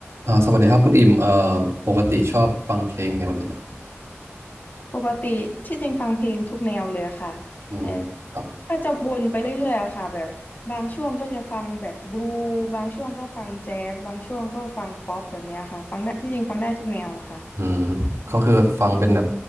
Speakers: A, on the right (about 80°); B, on the left (about 40°).
A: อ่าสวัสดีครับคุณอิ่มเอ่อปกติชอบฟังเพลงแนวไหนอ่ะ
B: ปกติที่จริงฟังเพลงทุกแนวเลยอะค่ะแต่
A: อืมครับ
B: ก็จะวนไปเรื่อยๆอะค่ะแบบบางช่วงก็จะฟังแบบบลูบางช่วงก็ฟังแจ๊สบางช่วงก็ฟังป๊อปแบบเนี้ยค่ะฟังได้ที่จริงฟังได้ทุกแนวอะค่ะ
A: อืมก็คือฟังเป็นแบบ